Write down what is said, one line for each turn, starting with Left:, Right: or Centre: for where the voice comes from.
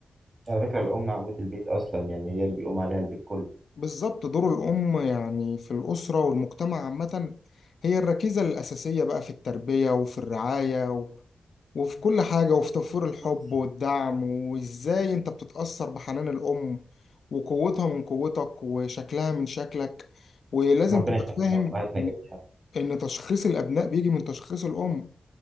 Right: على فكرة الأم عمود البيت أصلا يعني هي اللي بيقوم عليها البيت كله
Left: بالظبط دور الأم يعني في الأسرة والمجتمع عامة هي الركيزة الأساسية بقى في التربية وفي الرعاية و... وفي كل حاجة وفي توفير الحب
Right: بص
Left: والدعم وإزاي أنت بتتأثر بحنان الأم وقوتها من قوتك وشكلها من شكلك ولازم
Right: ربنا
Left: تبقى
Right: يخلينا
Left: فاهم
Right: أمهاتنا
Left: إن
Right: جميعا
Left: إن تشخيص الأبناء بيجي من تشخيص الأم